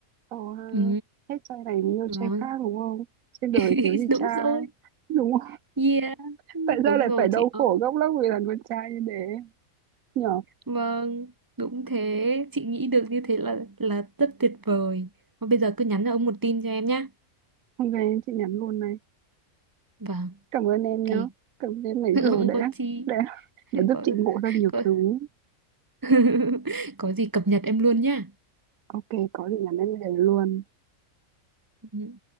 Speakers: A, on the right; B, on the right.
A: ồ ha
B: ừ
A: hết trai này mình yêu
B: vâng
A: trai khác đúng không trên đời
B: <laughs>
A: thiếu gì
B: đúng
A: trai
B: rồi
A: đúng không <laughs>
B: yeah
A: tại sao
B: đúng
A: lại
B: rồi
A: phải đau
B: chị ơi
A: khổ gốc lắm vì là con trai như thế nhở
B: vâng đúng thế chị nghĩ được như thế là là rất tuyệt vời Thôi bây giờ cứ nhắn cho ông một tin cho em nhá
A: ok chị nhắn luôn này
B: vâng
A: cảm ơn em nhá
B: ok
A: cảm ơn em nãy
B: <laughs>
A: giờ
B: không
A: đã
B: có chi
A: đã đã giúp
B: có
A: chị ngộ ra nhiều
B: có
A: thứ
B: <laughs> Có gì cập nhật em luôn nhá.
A: ok có gì nhắn em liền luôn
B: Ừ.